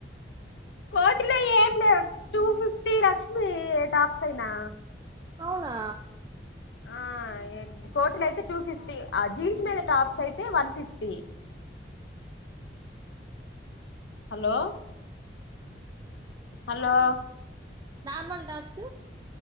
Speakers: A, on the left; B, on the right.
A: కోటిలో ఏం లేవు టూ ఫిఫ్టీ లక్ష్మి టాప్స్ అయినా
B: అవునా
A: ఆ కోట్లు అయితే టూ ఫిఫ్టీ ఆ జీన్స్ మీద టాప్స్ అయితే one fifty hello hello
B: normal tops